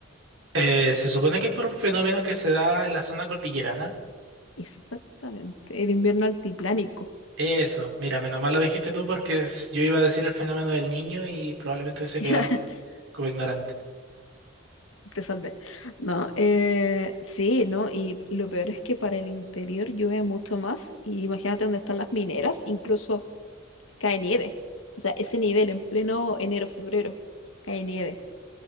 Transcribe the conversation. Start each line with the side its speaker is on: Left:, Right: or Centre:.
Right: Eh, se supone que es por un fenómeno que se da en la zona cordillerana.
Left: Exactamente, el invierno altiplánico.
Right: Eso, mira, menos mal lo dijiste tú porque s- yo iba a decir el fenómeno del niño y probablemente hubiese
Left: <laughs>
Right: quedado como ignorante.
Left: Te salvé. No, eh, sí, ¿no? Y lo peor es que para el interior llueve mucho más. Y imagínate dónde están las mineras, incluso cae nieve. O sea, ese nivel en pleno enero, febrero, cae nieve.